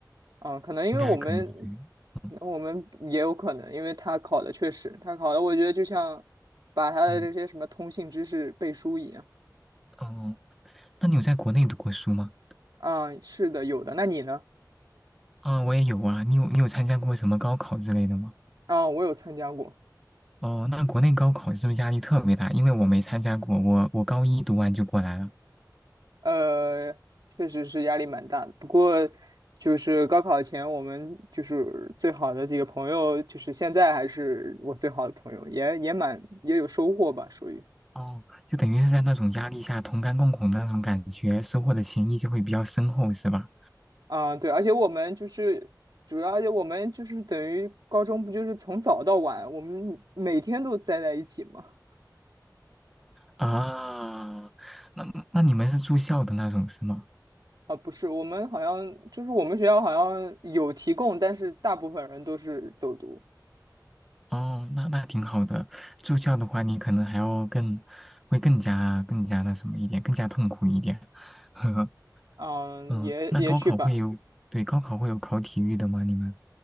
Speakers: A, on the right (about 70°); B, in the centre.
A: 嗯，可能因为我们，
B: 应该可能是这样。嗯
A: 可能我们也有可能，因为他考的确实，他考的，我觉得就像把他的这些什么通信知识背书一样。
B: 嗯哦，那你有在国内读过书吗？
A: 啊、是的，有的。那你呢？
B: 啊，我也有啊。你有你有参加过什么高考之类的吗？
A: 啊、我有参加过，
B: 哦，那国内高考是不是压力特别大？因为我没参加过，我我高一读完就过来了。
A: 呃，确实是压力蛮大的。不过就是高考前，我们就是最好的几个朋友，就是现在还是我最好的朋友，也也蛮也有收获吧，属于。
B: 哦，就等于是在那种压力下同甘共苦的那种感觉，收获的情谊就会比较深厚，是吧？
A: 啊，对，而且我们就是主要，而且我们就是等于高中不就是从早到晚，我们每天都待在一起吗？
B: 啊，那那你们是住校的那种是吗？
A: 啊，不是，我们好像就是我们学校好像有提供，但是大部分人都是走读。
B: 哦，那那挺好的。住校的话，你可能还要更，会更加更加那什么一点，更加痛苦一点。<laughs> 呵呵，
A: 嗯，
B: 嗯，
A: 也也许吧。
B: 那高考会有，对，高考会有考体育的吗？你们？